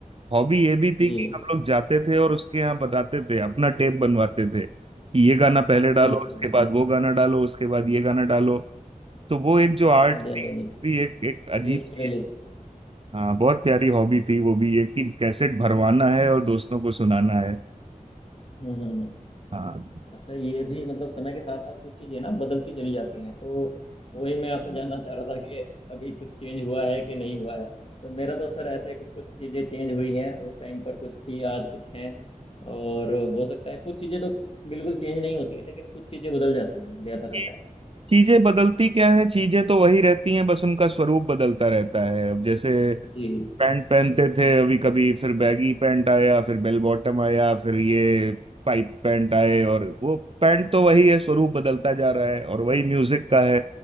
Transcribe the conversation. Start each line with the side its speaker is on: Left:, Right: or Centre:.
Right: हॉबी ये भी थी
Left: जी
Right: कि हम लोग जाते थे और उसके यहाँ बताते थे अपना टेप बनवाते थे कि ये गाना पहले डालो
Left: जी जी
Right: इसके
Left: जी
Right: बाद वो गाना डालो उसके बाद ये गाना डालो तो वो एक जो आर्ट
Left: हाँ जी
Right: थी
Left: हाँ जी हाँ जी
Right: वो भी एक एक अजीब
Left: एक
Right: सी-
Left: प्ले
Right: हाँ बहुत प्यारी हॉबी थी वो भी ये कि कैसेट भरवाना है और दोस्तों को सुनाना है
Left: हम्म हम्म, हम्म। हम्म।
Right: हाँ
Left: अच्छा ये भी मतलब समय के साथ साथ कुछ चीजें ना बदलती चली जाती हैं तो वही मैं आपसे जानना चाह रहा था कि अभी कुछ चेंज हुआ है कि नहीं हुआ है तो मेरा तो सर ऐसे कुछ कुछ चीजें चेंज हुई हैं उस टाइम पर कुछ थी आज कुछ हैं और हो सकता है कुछ चीजें तो बिल्कुल चेंज नहीं होती हैं लेकिन कुछ चीजें बदल जाती हैं मुझे ऐसा लगता
Right: ये
Left: है
Right: चीजें बदलती क्या है चीजें तो वही रहती हैं बस उनका स्वरूप बदलता रहता है अब जैसे
Left: जी
Right: पैंट पहनते थे अभी कभी फिर बैगी पैंट आया फिर बेल बॉटम आया फिर ये पाइप पैंट आए और वो पैंट तो वही है स्वरूप बदलता जा रहा है और वही म्यूजिक का है